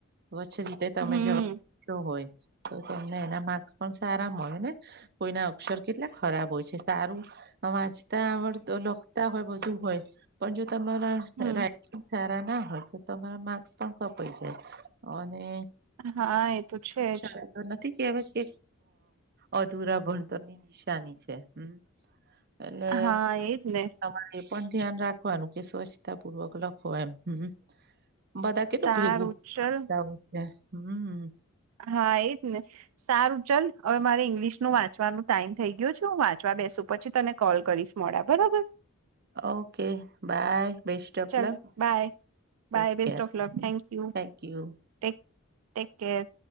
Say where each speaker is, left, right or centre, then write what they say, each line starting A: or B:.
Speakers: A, on the right (about 45°); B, on the right (about 80°).
A: સ્વચ્છ રીતે તમે
B: હમ
A: જવાબ આપિયો હોય તો તમને એના માર્ક્સ પણ સારા મળે ને કોઈના અક્ષર કેટલા ખરાબ હોય છે સારું વાંચતા આવડ લખતા હોય બધું હોય પણ જો તમારા સારા
B: હમ
A: ના હોય તો તમારા માક્સ પણ કપાઈ જાય અને
B: હા એ તો છે
A: શાળા
B: જ
A: તો નથી કેહેવા કે અધુરા ભણતરની નિશાની છે હમ્મ અને
B: હા એજ ને
A: <unintelligible> પણ ધ્યાન રાખવાનું કે સ્વચ્છતા પૂર્વક લખો એમ હમ્મ હમ્મ બધા કેટલું
B: સારું
A: ભેગું
B: ચલ
A: કરતા હોય છે હમ્મ
B: હા એ જ ને સારું ચલ હવે મારે ઈંગ્લિશ નું વાંચવાનો ટાઈમ થઈ ગયો છે હું વાંચવા બેસુ પછી તને કોલ કરીશ મોડા બરાબર
A: ઓકે બાય બેસ્ટ ઓફ
B: ચાલ
A: luck
B: bye
A: take
B: bye best
A: care
B: of luck thank you
A: thank you
B: take take care